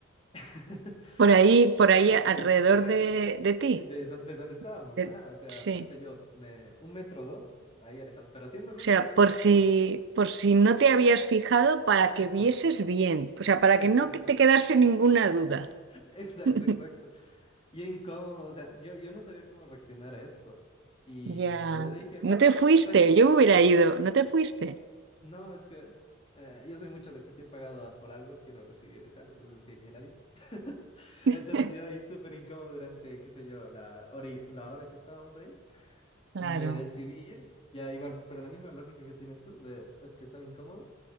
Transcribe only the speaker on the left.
<laughs>
Sí,
exacto.
De, do- de donde estábamos,
ajá, o sea,
qué sé yo, de un metro o dos, ahí alejados, pero haciendo ruido
cada vez
que pasaban.
Exacto,
exacto,
<laughs> exacto,
exacto. Y incómodo, o sea, yo, yo no sabía cómo reaccionar a esto. Y
yo dije, bueno,
hasta aquí,
no, es que eh, yo soy mucho de que si he pagado a- por algo, quiero recibir ese algo, es decir, mi ladito. <laughs>
Entonces yo ahí súper incómodo durante, qué sé yo, la hora, y- la hora que estábamos ahí,
me decidí ir, ya igual, pero la misma lógica que tienes tú, de, es que estaba incómodo.